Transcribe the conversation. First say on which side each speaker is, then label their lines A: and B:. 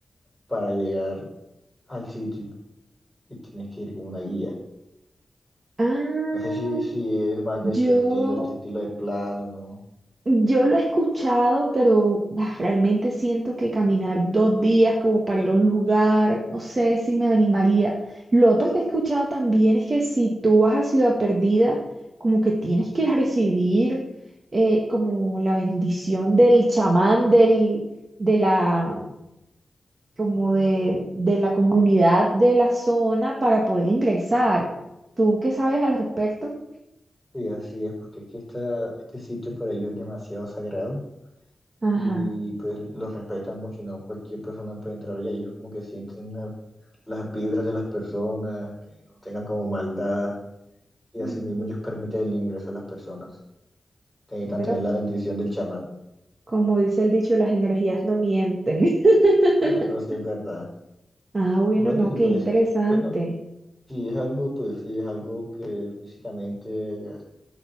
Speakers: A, in the centre; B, on the right.
A: para llegar al sitio y tienes que ir con una guía.
B: Ah,
A: No sé si, si es más de
B: yo,
A: tu estilo, este estilo de plano, ¿no?
B: yo lo he escuchado, pero ah, realmente siento que caminar dos días como para ir a un lugar, no sé si me animaría. Lo otro que he escuchado también es que si tú vas a Ciudad Perdida, como que tienes que recibir eh, como la bendición del chamán del, de la, como de, de la comunidad de la zona para poder ingresar. ¿Tú qué sabes al respecto?
A: Y así es, porque es que esta, este sitio para ellos es demasiado sagrado.
B: Ajá.
A: y pues los respetan mucho y no cualquier persona puede entrar allá. Ellos como que sienten una- las vibras de las personas, que no tengan como maldad y
B: Mm,
A: así mismo ellos permiten el ingreso a las personas. Necesitan
B: Bueno,
A: tener la bendición del chamán.
B: como dice el dicho, las energías no mienten. <laughs>
A: Ah, Eso sí es verdad.
B: Ah, bueno,
A: Bueno,
B: no,
A: y
B: qué
A: pues,
B: interesante.
A: bueno, si es algo, pues sí es algo que físicamente ya